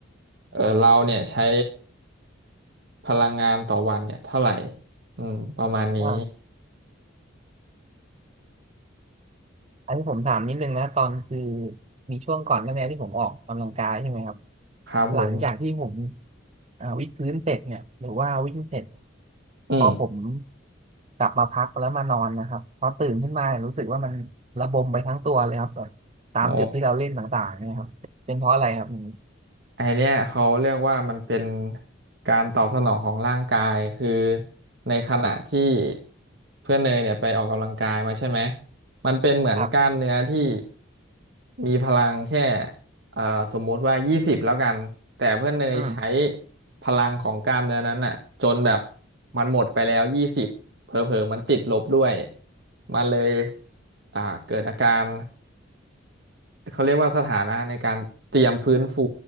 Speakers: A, on the right; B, on the right.
A: เออเราเนี่ยใช้พลังงานต่อวันเนี่ยเท่าไหร่อืมประมาณนี้
B: อ๋อ อันนี้ผมถามนิดนึงนะตอนคือมีช่วงก่อนหน้านี้ที่ผมออกกำลังกายใช่ไหมครับ
A: ครับผม
B: หลังจากที่ผมอ่าวิดพื้นเสร็จเนี่ยหรือว่าวิ่งเสร็จเนี่ย
A: อืม
B: พอผมกลับมาพักแล้วมานอนนะครับพอตื่นขึ้นมาเนี่ยรู้สึกว่ามันระบมไปทั้งตัวเลยครับแบบตามจุดที่เราเล่นต่างๆเนี่ยครับเป็นเพราะอะไรครับอืม
A: อ๋อไอเนี้ยเขาเรียกว่ามันเป็นการตอบสนองของร่างกายคือในขณะที่เพื่อนเนยเนี่ยไปออกกำลังกายมาใช่ไหมมันเป็นเหมือนกล้ามเนื้อที่
B: ครับ
A: มีพลังแค่เอ่อสมมุติว่ายี่สิบแล้วกันแต่เพื่อนเนยใช้
B: อืม
A: พลังของกล้ามเนื้อนั้นอ่ะจนแบบมันหมดไปแล้วยี่สิบเผลอๆมันติดลบด้วยมันเลยอ่าเกิดอาการ เขาเรียกว่าสถานะในการเตรียมฟื้นฟู